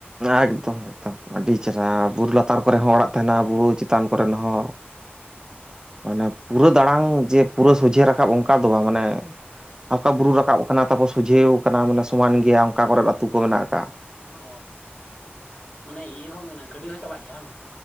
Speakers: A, on the right (about 20°); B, on the left (about 40°).
A: ᱮᱠᱫᱚᱢ ᱮᱠᱫᱚᱢ ᱟᱹᱰᱤ ᱪᱮᱦᱨᱟ ᱵᱩᱨᱩ ᱞᱟᱛᱟᱨ ᱠᱚᱨᱮ ᱦᱚᱸ ᱚᱲᱟᱜ ᱛᱟᱦᱮᱱᱟ ᱵᱩᱨᱩ ᱪᱮᱛᱟᱱ ᱠᱚᱨᱮᱱ ᱦᱚᱸ ᱢᱟᱱᱮ ᱯᱩᱨᱟᱹ ᱫᱟᱬᱟᱝ ᱡᱮ ᱯᱩᱨᱟᱹ ᱥᱚᱡᱷᱮ ᱨᱟᱠᱟᱵ ᱚᱱᱠᱟ ᱫᱚ ᱵᱟᱝ ᱢᱟᱱᱮ ᱦᱟᱞᱠᱟ ᱵᱩᱨᱩ ᱨᱟᱠᱟᱵ ᱠᱟᱱᱟ ᱛᱟᱨᱯᱚᱨ ᱥᱚᱡᱷᱮᱣ ᱠᱟᱱᱟ ᱢᱟᱱᱮ ᱥᱚᱢᱟᱱ ᱜᱮᱭᱟ ᱚᱱᱠᱟ ᱠᱚᱨᱮ ᱟᱹᱛᱩ ᱠᱚ ᱢᱮᱱᱟᱜ ᱠᱚᱣᱟ
B: ᱚ ᱢᱟᱱᱮ ᱤᱭᱟᱹ ᱦᱚᱸ ᱢᱮᱱᱟ ᱜᱟᱹᱰᱤ ᱦᱚᱸ ᱪᱟᱞᱟᱜ ᱜᱮᱭᱟ ᱵᱟᱝ